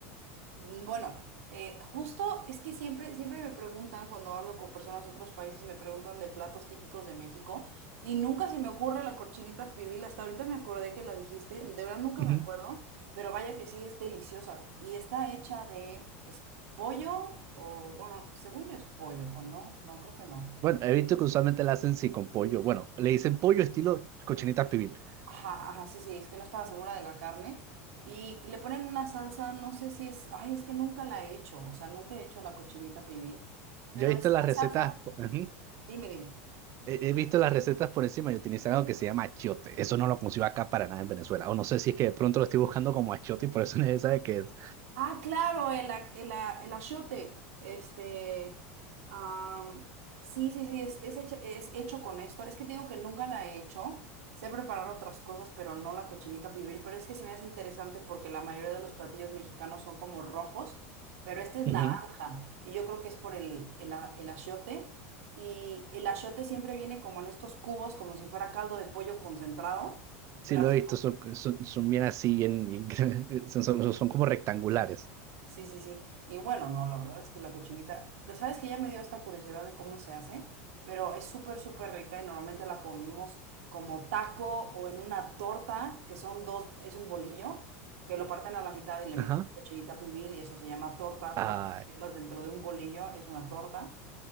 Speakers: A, on the right (about 85°); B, on the right (about 40°).
A: Mm, Bueno, eh, justo es que siempre, siempre me preguntan cuando hablo con personas de otros países, me preguntan de platos típicos de México y nunca se me ocurre la cochinita pibil. Hasta ahorita me acordé que la dijiste, de verdad nunca
B: Ujú.
A: me acuerdo, pero vaya que sí es deliciosa y está hecha de es pollo o bueno, según yo es pollo o no, no creo que no.
B: Bueno, he visto que usualmente la hacen sí con pollo. Bueno, le dicen pollo estilo cochinita pibil
A: Ajá, ajá, sí, sí, es que no estaba segura de la carne. Y le ponen una salsa, no sé si es, ay, es que nunca la he hecho, o sea, nunca he hecho la cochinita pibil, pero
B: Yo he
A: es
B: visto
A: una
B: las recetas,
A: salsa,
B: po- ujú,
A: dime, dime.
B: He he visto las recetas por encima y utilizan algo que se llama achiote. Eso no lo consigo acá para nada en Venezuela. O no sé si es que de pronto lo estoy buscando como achiote y por eso <laughs> nadie sabe qué es.
A: Ah, claro, el, a- el, a- el achiote. Este, am, sí, sí, sí, es, es, hecha- es hecho con esto. Es que te digo que nunca la he hecho. Sé preparar otras cosas, pero no la cochinita pibil. Pero es que se me hace interesante porque la mayoría de los platillos mexicanos son como rojos, pero este es
B: Ujú,
A: naranja. Y yo creo que es por el, el, a- el achiote. Y el achiote siempre viene como en estos cubos, como si fuera caldo de pollo concentrado,
B: Sí,
A: pero
B: lo
A: así.
B: he visto. Son, son- son bien así, bien, bien <laughs> son, son- son como rectangulares.
A: Sí, sí, sí. Y bueno, no, la verdad es que la cochinita, sabes que ya me dio esta curiosidad de cómo se hace, pero es súper, súper rica y normalmente la comemos como taco o en una torta, que son dos, es un bolillo, que lo parten a la mitad y le meten
B: Ajá.
A: cochinita pibil y eso se llama torta.
B: Ay,
A: Todo lo que metas dentro de un bolillo es una torta.